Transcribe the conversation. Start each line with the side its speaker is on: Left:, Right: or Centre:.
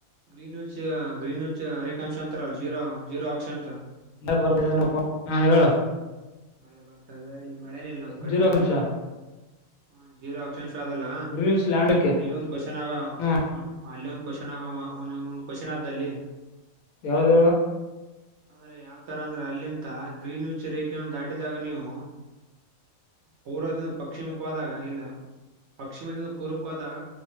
Right: ಗ್ರೀನ್ಚ್ ಗ್ರೀನ್ಚ್ ಅರೆೇಕ ಅಂಶ ಅಂತರ ಜೀರೋ ಜೀರೋ ಅಕ್ಷಾಂಶ
Left: ಬರ್ನಪ್ಪ ಹಾ ಹೇಳುವ
Right: ಮಳೆ ಬರ್ತದೆ ಇಲ್ಲಿ ಮಳೆನ ಇಲ್ಲ ನಮ್ ಕಡೆ
Left: ಜೀರೋ ಅಂಶ
Right: ಹ ಜೀರೋ ಆಕ್ಷನ್ ಶು ಆದ ಅಲ್ಲ
Left: ಗ್ರೀನ್ಸ್ ಲ್ಯಾಂಡ್ಕ್ಕೆ
Right: ಅಲ್ಲಿ ಒಂದ್ ಕ್ವಶನ್ ಆಗ
Left: ಹ್ಮ
Right: ಅಲ್ಲಿಂದ ಕ್ವನ್ ಆಗ ಒಂದ ಒಂದು ಕ್ವಶನ್ ಆದ್ದಲ್ಲಿ
Left: ಯಾವ್ದ
Right: ಅಂದ್ರೆ ಯಾವ್ ತರ ಅಂದ್ರೆ ಅಲ್ಲಿಂತ ಗ್ರೀನ್ ಯೂಚ ರೇಖೆಯನ್ನು ದಾಟಿದಾಗ ನೀವು ಪೂರ್ವದಿಂದ ಪಶ್ಚಿಮಕ್ಕೆ ಹೋದಾಗ ಇಲ್ಲ ಪಶ್ಚಿಮದಿಂದ ಪೂರ್ವಕ್ಕೆ ಹೋದಾಗ